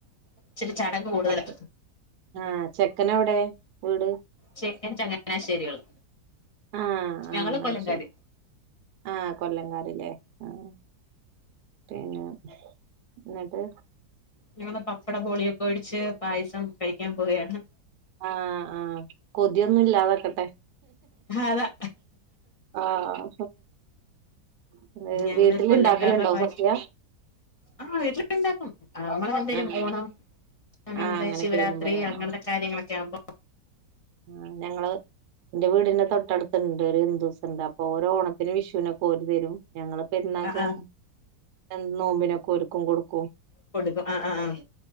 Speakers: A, on the left; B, on the right.
A: ഇച്ചിരി ചടങ്ങ് കൂടുതലാ
B: ആഹ് ആഹ് ചെക്കൻ എവിടെ വീട്
A: ചെക്കൻ ചങ്ങനാശ്ശേരികള്
B: ആഹ്
A: ഞങ്ങള്
B: ആഹ്
A: കൊല്ലം
B: ശരി
A: കാര്
B: ആഹ് കൊല്ലംകാര് ലേ ആഹ് തേങ്ങാ ന്നിട്ട്
A: ഞങ്ങള് പപ്പട ബോളിയൊക്ക ഒഴിച്ച് പായസം കഴിക്കാൻ പോക്‌യാണ്
B: ആഹ് ആഹ് കൊതിയൊന്നും ഇല്ലാതാക്കട്ടെ
A: അതാ
B: ആഹ് പിന്ന
A: ഞങ്ങള്
B: വീട്ടില്
A: കൊല്ലംകാരുടെ
B: ഇണ്ടാക്കലുണ്ടോ
A: പായസം
B: സദ്യ
A: ആഹ് വീട്ടില് ഇണ്ടാക്കും <unintelligible>
B: ആഹ്
A: ഓണം അങ്ങനെത്തെ
B: ആഹ് അങ്ങനെയൊക്കെ
A: ശിവരാത്രി
B: വരുമ്പല്ലേ
A: അങ്ങനെ
B: ആഹ്
A: കാര്യങ്ങളൊക്കെ ആകുമ്പം
B: ആഹ് ഞങ്ങള് ഇന്റെ വീടിന്റെ തൊട്ടടു ഇത്ണ്ട് ഒരു ഹിന്ദൂസ് ഉണ്ട് അപ്പൊ ഓരോ ഓണത്തിലു വിഷൂനൊക്ക ഓര് തരും ഞങ്ങള പെര്നാക്കും
A: ആഹ് ആഹ്
B: ഞാൻ നോമ്പിനക്കൊ ഒരുക്കും കൊടുക്കും
A: കൊടുക്കും ആഹ് അഹ് അം